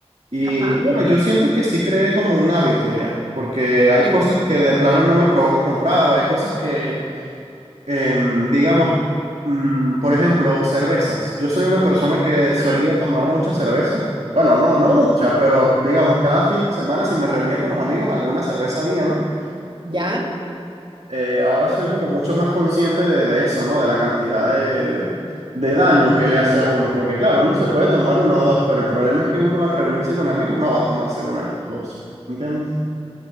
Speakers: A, on the right (about 80°); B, on the right (about 45°).
A: Y
B: Ajá.
A: bueno, yo siento que sí creé como un hábito ya, porque hay
B: Entiendo.
A: cosas que de plano no me provoca comprar o hay cosas que em, digamos, mm, por ejemplo, cervezas. Yo soy una persona que solía
B: Ah,
A: tomar mucha cerveza. Bueno, no, no
B: oh,
A: mucha, pero digamos, cada fin de semana si me reunía con los amigos, alguna cerveza había, ¿no?
B: ya,
A: Eh, ahora soy como mucho más consciente de, de eso, ¿no? De la cantidad de, de- de daño que le hace a uno, porque claro, uno se puede tomar una o dos, pero el problema es que uno al reunirse con amigos no va a tomarse una o dos, ¿entiendes?